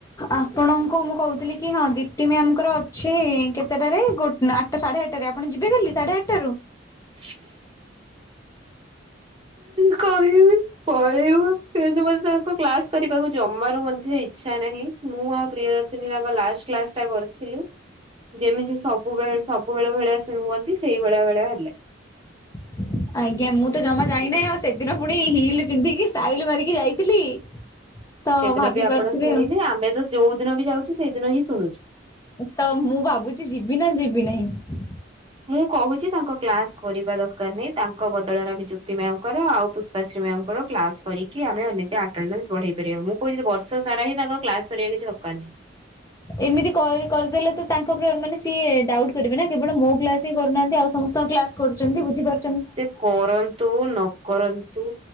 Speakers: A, on the left; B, on the right.
A: ଆପଣଙ୍କୁ ମୁଁ କହୁଥିଲି କି ହଁ ଦିପ୍ତି ମ୍ୟାାମଙ୍କର ଅଛି କେତେଟାରେ ଗୋ ନା ଆଠଟା ସାଢେ ଆଠଟାରେ ଆପଣ ଯିବେ କାଲି ସାଢେ ଆଠଟାରୁ?
B: <unintelligible> କହିବି ପଳେଇବୁ କିନ୍ତୁ ମତେ ତାଙ୍କ କ୍ଲାସ କରିବାକୁ ଜମାରୁ ମଧ୍ୟ ଇଛା ନାହିଁ ମୁଁ ଆଉ ପ୍ରିୟଦର୍ଶନୀ ତାଙ୍କ ଲାଷ୍ଟ କ୍ଲାସ ଟା କରି ଥିଲୁ ଯେମିତି ସବୁବେଳେ ସବୁବେଳେ ଭଳିଆ ସେ ହୁଅନ୍ତି ସେଇଭଳିଆ ଭଳିଆ ହେଲେ।
A: <unintelligible> ଆଜ୍ଞା ମୁଁ ତ ଜମା ଯାଇନାହିଁ ଆଉ ସେଦିନ ପୁଣି ହିଲ୍ ପିନ୍ଧିକି ଷ୍ଟାଇଲ୍ ମାରିକି ଯାଇଥିଲି। ତ
B: ସେଦିନ
A: ଭାବି
B: ବି ଆପଣ
A: ପାରୁଥିବେ
B: ଶୁଣିଲେ।
A: ଆଉ।
B: ଆମେତ ଯୋଉ ଦିନ ବି ଯାଉଛୁ ସେଇଦିନ ହିଁ ଶୁଣୁଛୁ।
A: ଉ ତ ମୁଁ ଭାବୁଛି ଯିବି ନା ଯିବି ନାହିଁ?
B: ମୁଁ କହୁଛି ତାଙ୍କ କ୍ଲାସ କରିବା ଦରକାର ନାହିଁ। ତାଙ୍କ ବଦଳରେ ଆମେ ଯୁକ୍ତିମ୍ୟାମ କର ଆଉ ପୁସ୍ ଶ୍ରୀ ମ୍ୟାମଙ୍କର କ୍ଲାସ କରିକି ଆମେ ଅନେକ ଆଟେଣ୍ଡନସ୍ ବଢେଇ ପାରିବା। ମୁଁ କହୁଛିି ବର୍ଷ ସାରା ହି ତାଙ୍କ କ୍ଲାସ କରିବା କିଛି ଦରକାର ନାହିଁ।
A: ଏମିତି କର କରିଦେଲେ ତ ତାଙ୍କ ପ ମାନେ ସିଏ ଡାଉଟ୍ କରିବେ ନା। କେବଳ ମୋ କ୍ଲାସ ହିଁ କରୁନାହାନ୍ତି ଆଉ ସମସ୍ତଙ୍କ କ୍ଲାସ କରୁଛନ୍ତି ବୁଝିପାରୁ
B: ସେ କରନ୍‌ ତୁ ନକରନ୍ତୁ।